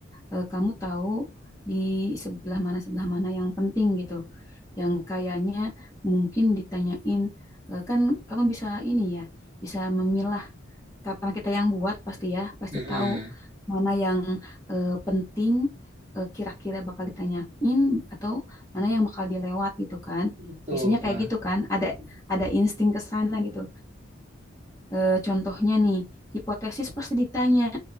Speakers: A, on the left; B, on the right.
A: eh, kamu tahu di sebelah mana sebelah mana yang penting gitu. Yang kayaknya mungkin ditanyain eh, kan kamu bisa ini ya, bisa memilah karena kita yang buat pasti ya pasti
B: Mm-mm.
A: tahu mana yang eh, penting eh, kira-kira bakal ditanyain atau mana yang bakal dilewat gitu kan
B: Betul,
A: biasanya
B: Kak.
A: kayak gitu kan ada ada insting ke sana gitu Eh, contohnya nih hipotesis pasti ditanya